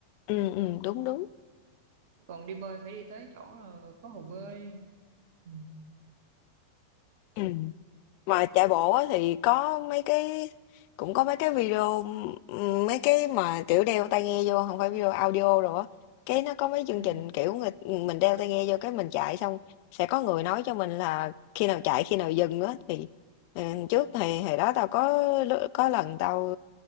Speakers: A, on the left; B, on the right.
A: ừ ừ, đúng đúng
B: còn đi bơi phải đi tới chỗ ờ, có hồ bơi ừ.
A: ừ mà chạy bộ á thì có mấy cái cũng có mấy cái video ừm, mấy cái mà kiểu đeo tai nghe vô không phải video audio rồi á cái nó có mấy chương
B: Ừ.
A: trình kiểu người, mình đeo tai nghe vô cái mình chạy xong sẽ có người nói cho mình là khi nào chạy khi nào dừng á thì ừ, trước thì hồi đó tao có lú- có lần tao